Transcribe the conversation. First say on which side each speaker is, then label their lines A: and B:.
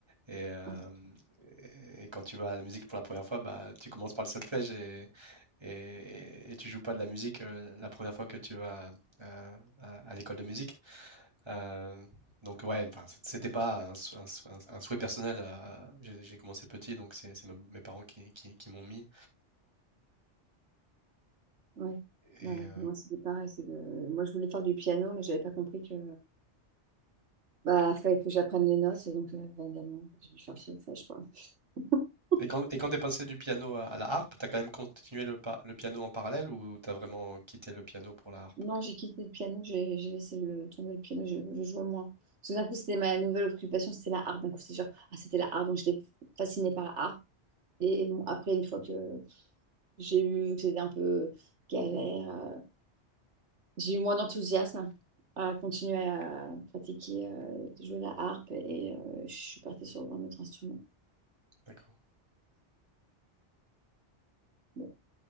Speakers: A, on the right; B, on the right.
A: Et, euh,
B: Ah,
A: et, et quand tu vas à la musique pour la première fois, bah, tu commences par le solfège et, et, et tu joues pas de la musique euh, la première fois que tu vas euh, à, à l'école de musique. Euh, donc ouais, enfin, c- c'était pas un, sou- un sou- un- un souhait personnel. euh, j'ai j'ai commencé petit, donc c'est c'est me- mes parents qui, qui- qui m'ont mis.
B: ouais.
A: Et,
B: Ouais, ouais.
A: euh,
B: Moi, c'était pareil. c'est le- Moi, je voulais faire du piano, mais j'avais pas compris que bah fallait que j'apprenne les notes, et donc euh, évidemment, j'ai dû faire solfège, quoi. <laughs>
A: et quand, et quand t'es passé du piano à, à la harpe, t'as quand même continué le, par- le piano en parallèle ou t'as vraiment quitté le piano pour la harpe?
B: Non, j'ai quitté le piano, j'ai j'ai laissé le, tomber le piano, je, je jouais moins. Tout d'un coup, c'était ma nouvelle occupation, c'était la harpe. D'un coup, c'est genre, ah, c'était la harpe, donc j'étais fascinée par la harpe. Et bon, après, une fois que j'ai eu que c'était un peu galère, euh, j'ai eu moins d'enthousiasme à continuer à pratiquer, euh, de jouer la harpe et euh, je suis partie sur un autre instrument.
A: D'accord.
B: Bon,